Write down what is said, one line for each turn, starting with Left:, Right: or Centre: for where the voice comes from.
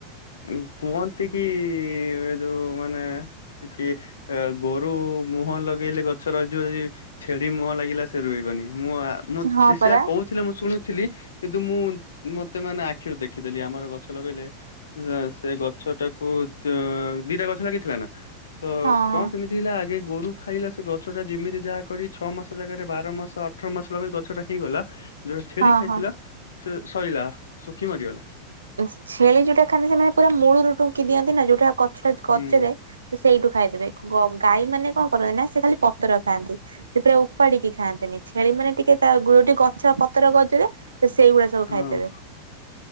Left: ଉ କୁହନ୍ତି କି ଏ ଯୋଉ ମାନେ କି ଗୋରୁ ମୁହଁ ଲଗେଇଲେ ଗଛ ରହିଯିବ ଯଦି ଛେଡି ମୁହଁ ଲାଗିଲା ସେ ରହିବନି। ମୁଁ ଆ ମୁଁ
Right: ହଁ ପରା
Left: ସେଇଆ କହୁଥିଲେ ମୁଁ ଶୁଣୁ ଥିଲି କିନ୍ତୁ ମୁଁ ମତେ ମାନେ ଆଖିରେ ଦେ ଖିଦେଲି ଆମର ଗଛ ଲଗେଇଲେ ଅ ସେ ଗଛ ଟାକୁ ଚ ଦିଟା ଗଛ ଲାଗିଥିଲା ନା। ତ
Right: ହଁ ହଁ
Left: କଣ କେମିତି ହେଲା ଆଗେ ଗୋରୁ ଖାଇଲା ସେ ଗଛ ଟା ଯେମିତି ଯାହା କରି ଛଅ ମାସ ଜାଗାରେ ବାର ମାସ ଅଠର ମାସ ଲଗେଇଲି ଗଛଟା ହେଇଗଲା। ଯୋଉଟା ଛେଡି
Right: ହଁ
Left: ଖାଇଥିଲା
Right: ହଁ।
Left: ସେ ସଇଲା ଶୁଖି ମରିଗଲା।
Right: ଉଁ ଛେଳି ଯୋଉଟା ଖାଆନ୍ତି ସେ ମାନେ ପୁରା ମୂଳୁରୁ ଟୁଙ୍କି ଦିଅନ୍ତି ନା ଯୋଉଟା ଗଛଟା ଗଚରେ
Left: ହୁଁ
Right: ସେ ସେଇଠୁ ଖାଇଦେବେ। ଗ ଗାଈ ମାନେ କଣ କରନ୍ତି ନା ସେ ଖାଲି ପତ୍ର ଖାଆନ୍ତି ସେ ପୁରା ଉପାଡିକି ଖାଆ ନ୍ତିନି ଛେଳି ମାନେ ଟିକେ ତା ଯୋଉଠି ଗଛ ପତର ଗଜରେ ସେ ସେଇଗୁଡା ସବୁ
Left: ହଁ
Right: ଖାଇଦେବେ।